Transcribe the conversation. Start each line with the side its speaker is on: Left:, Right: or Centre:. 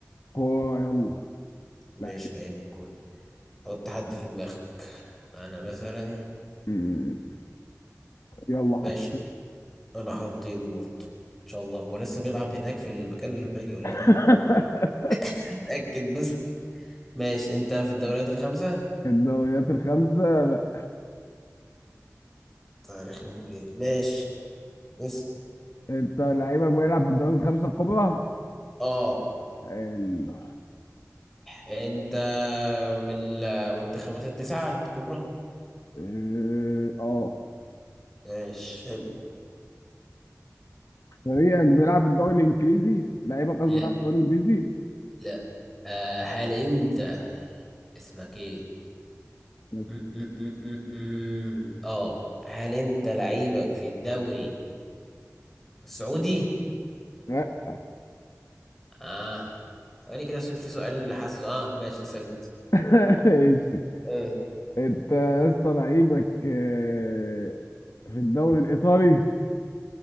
Left: كورة يلا
Centre: ماشي
Left: لا
Centre: لعيبه كوره حط حد في دماغك انا مثلا
Left: مم. يلا حطيت
Centre: ماشي انا حطيت بورتو ان شاء الله هو لسه بيلعب هناك في المكان اللي في بالي ولا
Left: <laughs>
Centre: لا <laughs> اتاكد بس ماشي انت في الدوريات الخمسه
Left: الدوريات الخمسة لا
Centre: تاريخهم ليه ماشي بس
Left: انت لعيبك بيلعب في الدوري الخمسة الكبرى؟
Centre: اه
Left: حلو
Centre: انت من المنتخبات التسعه الكبرى
Left: إيه، اه
Centre: ماشي حلو
Left: فريقك بيلعب في الدوري الانجليزي؟ لعيبك قصدي
Centre: لا
Left: بيلعب في الدوري الانجليزي؟
Centre: لا آه هل انت اسمك ايه
Left: ماشي.
Centre: م- م- م- م- م. اه هل انت لعيبك في الدوري السعودي
Left: لا
Centre: اه ثواني كده عشان في سؤال حاسه اه ماشي اسال انت
Left: <laughs> ماشي.
Centre: ايه
Left: انت يا اسطى لعيبك آه، في الدوري الايطالي